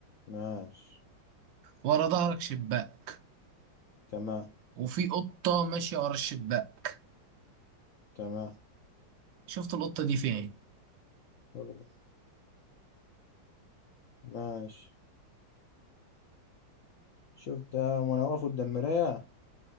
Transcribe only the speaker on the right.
ورا ظهرك شباك
وفي قطه ماشيه ورا الشباك
شفت القطه دي فين